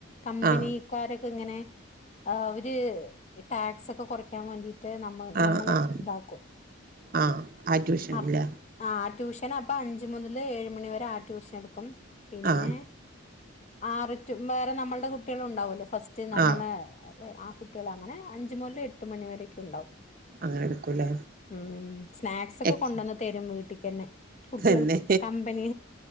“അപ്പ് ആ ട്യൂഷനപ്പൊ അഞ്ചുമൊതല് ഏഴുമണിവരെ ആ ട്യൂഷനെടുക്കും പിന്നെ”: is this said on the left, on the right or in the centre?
Left